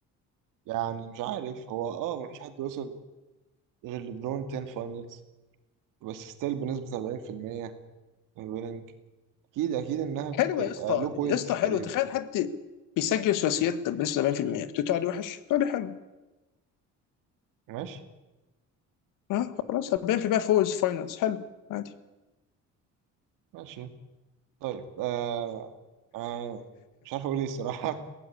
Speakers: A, on the right; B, on the left.
A: يعني مش عارف هو اه مفيش حد وصل غير ليبرون 10 فاينلز بس ستيل بنسبة 40% ويننج اكيد اكيد انها بتبقى
B: حلوه يا اسطى
A: لو بوينت
B: يا اسطى
A: في
B: حلوه
A: كاريره
B: تخيل
A: يعني
B: حد بيسجل ثلاثيات بنسبه 70% بتقول عليه وحش تقول لي حلو
A: ماشي
B: ها خلاص 40% فوز فاينلز حلو عادي
A: ماشي طيب آه آه مش عارف اقول ايه الصراحة